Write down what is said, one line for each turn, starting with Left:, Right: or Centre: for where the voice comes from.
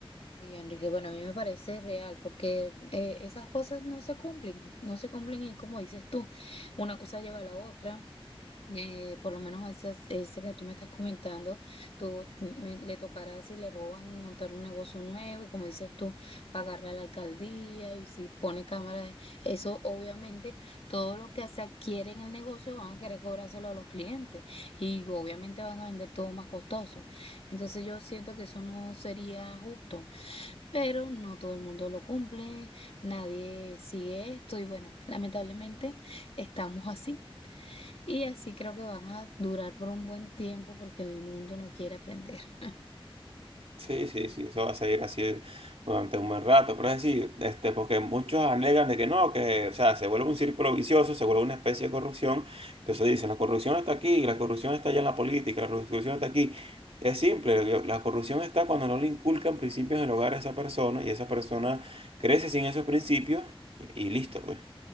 Left: Y Enrique, bueno, a mí me parece real porque eh, esas cosas no se cumplen, no se cumplen y como dices tú, una cosa lleva a la otra eh, por lo menos a esas- ese que tú me estás comentando, tú mm, me- le tocará si le roban montar un negocio nuevo y como dices tú, pagarle a la alcaldía y si pone cámara, eh, eso obviamente todo lo que se adquiere en el negocio van a querer cobrárselo a los clientes y obviamente van a vender todo más costoso. Entonces yo siento que eso no sería justo pero no todo el mundo lo cumple, nadie sigue esto y bueno, lamentablemente estamos así. Y así creo que van a durar por un buen tiempo porque el mundo no quiere aprender. <laughs>
Right: Sí, sí, sí, eso va a seguir así durante un buen rato, pero es decir, este, porque muchos alegan de que no, que, o sea, se vuelve un círculo vicioso, se vuelve una especie de corrupción, entonces dicen, la corrupción está aquí, la corrupción está allá en la política, la corrupción está aquí. Es simple, yo- la corrupción está cuando no le inculcan principios en el hogar a esa persona y esa persona crece sin esos principios y, y listo, pues.